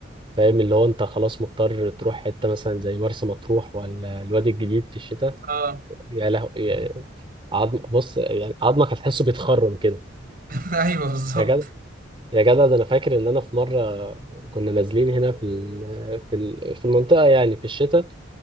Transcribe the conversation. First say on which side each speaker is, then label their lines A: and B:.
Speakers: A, on the right; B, on the right.
A: فاهم اللي هو انت خلاص مضطر تروح حتة مثلا زي مرسى مطروح ولا الوادي الجديد في الشتاء
B: اه
A: يا لهو يا- عظم بص يعني عظمك هتحسه بيتخرم كده
B: <laughs> ايوه بالظبط
A: يا جدع يا جدع ده انا فاكر ان انا في مرة كنا نازلين هنا في ال- في ال- في المنطقة يعني في الشتاء